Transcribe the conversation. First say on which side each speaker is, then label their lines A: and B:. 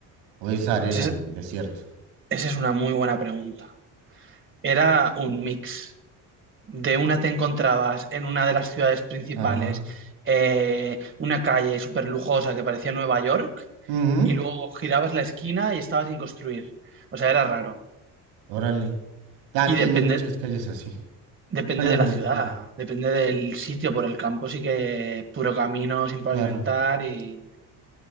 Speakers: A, on the right (about 85°); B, on the right (about 30°).
A: ¿O es arena
B: Pues es-
A: y desierto?
B: esa es una muy buena pregunta. Era un mix. De una te encontrabas en una de las ciudades principales,
A: Ajá.
B: eh, una calle súper lujosa que parecía Nueva York,
A: Ujú.
B: y luego girabas la esquina y estaba sin construir. O sea, era raro.
A: Órale. Ah, Aquí
B: Y depende,
A: hay muchas calles así.
B: Depende
A: Bueno,
B: de
A: en
B: la
A: el
B: ciudad,
A: estado,
B: depende del sitio por el campo, sí que es puro camino sin pavimentar
A: claro.
B: y...